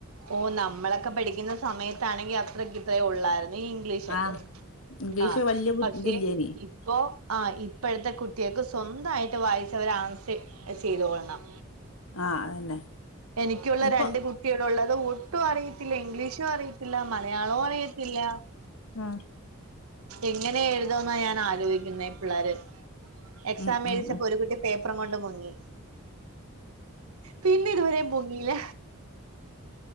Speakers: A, on the right (about 80°); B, on the left (about 70°).
A: ഓ നമ്മളൊക്കെ പഠിക്കുന്ന സമയത്താണെങ്കിൽ അത്രക്ക്‌ ഇത്രേ ഉള്ളായിരുന്നു ഇംഗ്ലീഷൊക്കെ
B: ആഹ് ഇംഗ്ലീഷ്
A: ആ
B: വല്യ ബു
A: പക്ഷേ
B: ഇതില്ലേനി.
A: ഇ ഇപ്പൊ ആ ഇപ്പോഴത്തെ കുട്ടിയെക്ക് സ്വന്തയിട്ട് വായിച്ച ഒരു ആൻസെ ചെയ്തോള്ളണം
B: ആഹ് അതന്നെ.
A: എനിക്കുള്ള
B: ഇപ്പൊ
A: രണ്ട് കുട്ടി കുട്ട്യോളുള്ളത് ഒട്ടും അറിയി ഇല്ല ഇംഗ്ലീഷും അറിയത്തില്ല മലയാളവും അറിയത്തില്ല
B: ആഹ്
A: എങ്ങനെ എഴുതന്നാ ഞാൻ ആലോചിക്കുന്നെ ഈ പിള്ളേര് എക്സാം
B: ഉം
A: എഴുതിചാപ്പോരു
B: ഉം ഉം
A: കുട്ടി പേപ്പറും കൊണ്ട് മുങ്ങി പിന്നെ ഇതുവരേം പൊങ്ങീ ല്ല